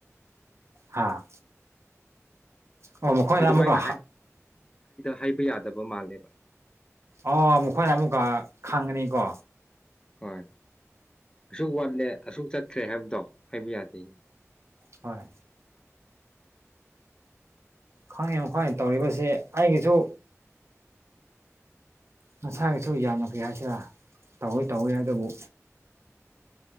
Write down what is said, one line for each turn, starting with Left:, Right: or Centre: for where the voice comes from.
Right: ꯍꯥꯥ ꯑꯣ ꯃꯈꯣꯏꯅ
Left: ꯑꯗꯨꯃꯥꯏꯅ
Right: ꯑꯃꯨꯛꯀ
Left: ꯍꯥꯏꯕ ꯌꯥꯗꯕ ꯃꯥꯜꯂꯦꯕ
Right: ꯑꯣ ꯃꯈꯣꯏꯅ ꯑꯃꯨꯛꯀ ꯈꯪꯉꯅꯤꯀꯣ
Left: ꯍꯣꯏ ꯑꯁꯨꯛ ꯋꯥꯠꯂꯦ ꯑꯁꯨꯛ ꯆꯠꯇꯈ꯭ꯔꯦ ꯍꯥꯏꯕꯗꯣ ꯍꯥꯏꯕ ꯌꯥꯗꯦꯅꯦ
Right: ꯍꯣꯏ ꯈꯪꯉꯦ ꯈꯪꯉꯦ ꯇꯧꯔꯤꯕꯁꯤꯦ ꯑꯩꯒꯤꯁꯨ ꯅꯁꯥꯒꯤꯁꯨ ꯌꯥꯝꯅ ꯐꯤ ꯍꯥꯏꯁꯤꯔ ꯇꯧꯋꯤ ꯇꯧꯋꯤ ꯑꯗꯨꯕꯨ